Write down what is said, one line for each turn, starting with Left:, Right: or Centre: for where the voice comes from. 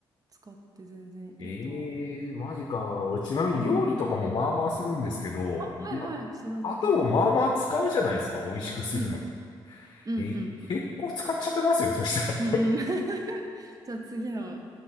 Right: 使って全然いいとは。
Left: ええマジか。俺、ちなみに料理とかもまあまあするんですけど、
Right: うん。あ、
Left: いや、
Right: はいはい、白砂糖派。
Left: あとをまあまあ使うじゃないですか、美味しくするのに。
Right: うん、うん、
Left: え、
Right: うん、うん。
Left: 結構使っちゃってますよ、そしたら。
Right: うんうん <laughs> じゃあ次の